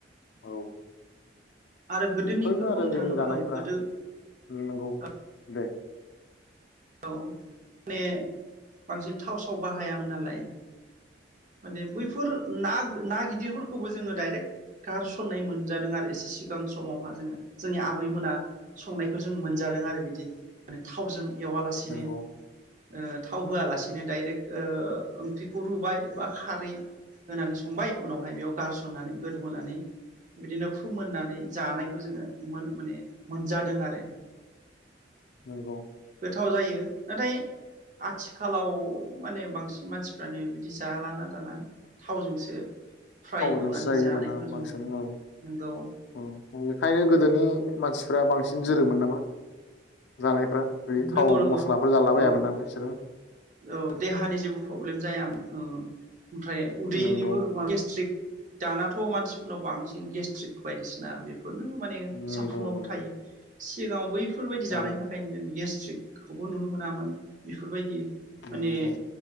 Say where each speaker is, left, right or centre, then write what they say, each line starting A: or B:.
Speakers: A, on the left; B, on the right.
A: औ
B: आरो गोदोनिखौ
A: बेफोरनो आरो
B: बुंनो
A: जोंनि
B: थाङोबा
A: जानायफ्रा
B: औ गोदो
A: नंगौ
B: ओ
A: दे।
B: औ माने बांसिन थाव साव बाहायामोन नालाय माने बैफोर ना ना गिदिरफोरखौबो जोङो डाइरेक्ट गारसननाय मोनजादों आरो एसे सिगां समावहा जोंङो जोंनि आबैमोना संनायखो जों मोनजादों आरो बिदि माने थावजों। एवालासिनो।
A: नंगौ
B: ओ थाव होआलासेनो डाइरेक्ट ओ ओंख्रिखौ रुबाय बा खारै होनानै संबाय उनावहाय बेयाव गारसननानै गोदौहोनानै बिदिनो फोमोननानै जानायखौ जोङो मोन माने मोनजादों आरो।
A: नंगौ।
B: थाव जायो नाथाय आथिखालाव माने बांसिन मानसिफ्रानो बिदि जाालाना दाना थावजोंसो। फ्राय
A: फावजोंसो
B: एवनानै
A: जायो
B: जानायखौ
A: दाना
B: जों
A: बांसिन
B: मोनो।
A: उम
B: नंगौ
A: उज्ञ बेखायनो गोदोनि मानसिफ्रा बांसिन जोरोमोन नामा। जानायफ्रा बिदि थाव
B: नंगौ नंगौ
A: मस्लाफोर जालाबायामोन
B: औ
A: नो बैसोरो।
B: औ देहानि जेबो प्रब्लेम जायाामोन ओ ओ। ओमफ्राय उदैनिबोा
A: नंगौ
B: बा गेस्ट्रिक। दानाथ' मानसिफोरनाव बांसिन गेस्ट्रिक बायदिसिना बेफ फोरनो माने
A: नंगौ
B: साफ्रुमनावबो
A: नंगौ
B: थायो। सिगाङाव बैफोरबायदि जानायनि
A: औ
B: थाखायनो जों गेस्ट्रिकखौबो नुनो मोनामोन बेफोरबायदि। माने
A: नंगौ